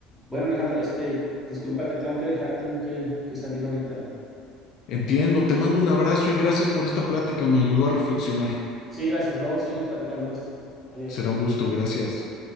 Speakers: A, in the centre; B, on the left.
A: Bueno, Alejandro, este, disculpa, te tengo que dejar, tengo que, que salir ahorita.
B: Entiendo, te mando un abrazo y gracias por esta plática. Me ayudó a reflexionar.
A: Sí, gracias. Luego seguimos platicando de esto. Adiós.
B: Será un gusto, gracias.